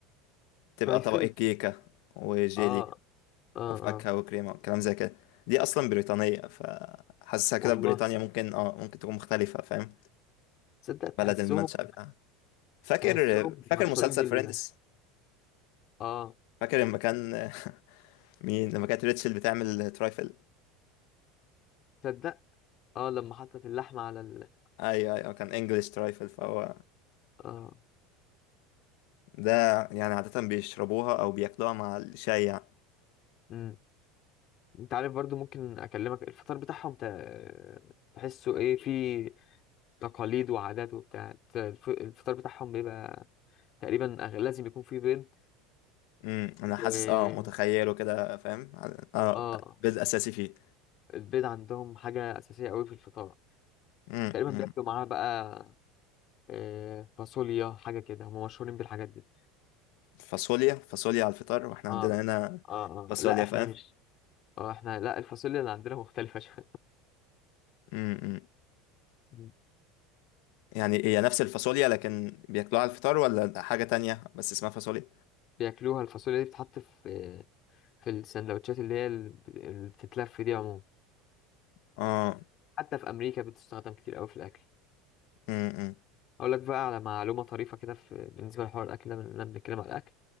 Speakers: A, on the left; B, on the left.
A: تبقى
B: شايفل
A: طبقة كيكه وجيلي
B: اه اه
A: وفاكهه
B: اه
A: وكريمه والكلام زي كده دي اصلا بريطانيه فحاسسها
B: والله
A: كده في بريطانيا ممكن اه ممكن تكون مختلفه فاهم
B: تصدق تحسهم
A: بلد المنشأ بتاعها فاكر
B: تحسهم
A: فاكر
B: مشهورين
A: مسلسل
B: بال
A: فريندز
B: اه
A: فاكر لما كان <laughs> مين لما كانت ريتشل بتعمل ترايفل
B: تصدق اه لما حطت اللحمة على ال
A: ايوه ايوه كان انجلش ترايفل فهو
B: اه
A: ده يعني عادة بيشربوها او بياكلوها مع الشاي يعني
B: امم انت عارف برضو ممكن اكلمك الفطار بتاعهم ت... تحسه ايه في تقاليد وعادات وبتاع الت- الف- الفطار بتاعهم بيبقى تقريبا أغ- لازم يكون فيه بيض
A: امم انا
B: و
A: حاسس اه متخيله كده فاهم اه
B: اه
A: بدء اساسي فيه
B: البيض عندهم حاجة أساسية أوي في الفطار
A: امم
B: تقريبا
A: أمم.
B: بياكلوا معاها بقى آه، فاصوليا حاجة كده هم مشهورين بالحاجات دي
A: فاصوليا فاصوليا على الفطار واحنا
B: اه
A: عندنا هنا
B: اه
A: فاصوليا
B: اه لا احنا
A: فاهم
B: مش اه احنا لا الفاصوليا اللي عندنا <laughs> مختلفة شوية
A: امم أمم.
B: مم.
A: يعني هي نفس الفاصوليا لكن بياكلوها على الفطار ولا حاجة تانية بس اسمها فاصوليا
B: بياكلوها الفاصوليا دي بتتحط في في السندوتشات اللي هي اللي بتتلف دي عموما
A: اه
B: حتى في أمريكا بتستخدم كتير أوي في الأكل
A: امم أمم.
B: اقول لك بقى على معلومه طريفه كده في بالنسبه لحوار الاكل ده بنتكلم بنتكلم على الاكل